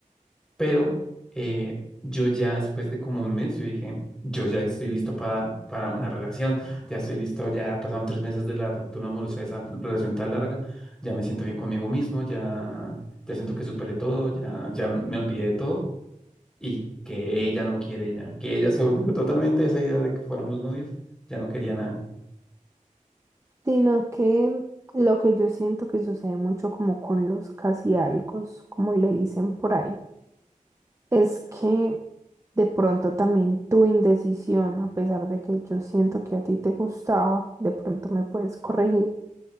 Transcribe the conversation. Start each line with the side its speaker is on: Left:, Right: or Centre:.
Centre: Pero eh, yo ya después de como un mes, yo dije, yo ya estoy listo para, para una relación, ya estoy listo, ya pasaron tres meses de la ruptura amorosa, de esa relación tan larga, ya me siento bien conmigo mismo, ya, ya siento que superé todo, ya, ya me olvidé de todo y que ella no quiere ya, que ella se olvidó totalmente de esa idea de que fuéramos novios, ya no quería nada.
Right: Sino que lo que yo siento que sucede mucho como con los casi algos, como le dicen por ahí, es que de pronto también tu indecisión, a pesar de que yo siento que a ti te gustaba, de pronto me puedes corregir,